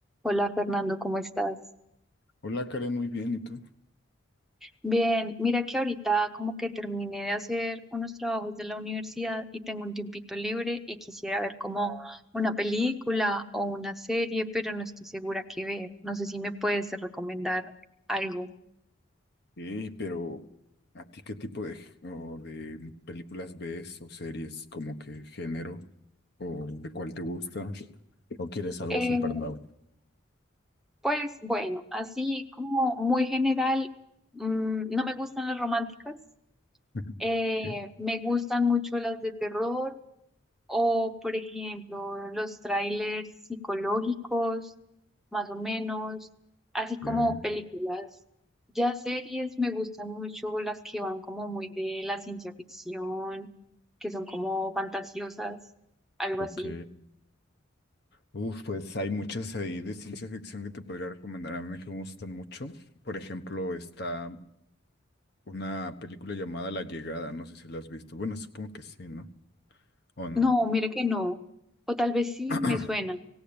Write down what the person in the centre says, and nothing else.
Hola Fernando, ¿cómo estás?
Bien, mira que ahorita como que terminé de hacer unos trabajos de la universidad y tengo un tiempito libre y quisiera ver como una película o una serie, pero no estoy segura qué ver. No sé si me puedes recomendar algo.
Eh,
pues bueno, así como muy general, mm, no me gustan las románticas,
eh,
me gustan mucho las de terror O, por ejemplo, los trailers psicológicos, más o menos, así como
películas. Ya series me gustan mucho las que van como muy de la ciencia ficción, que son como fantasiosas, algo
así.
No, mire que no. O tal vez sí
me suena.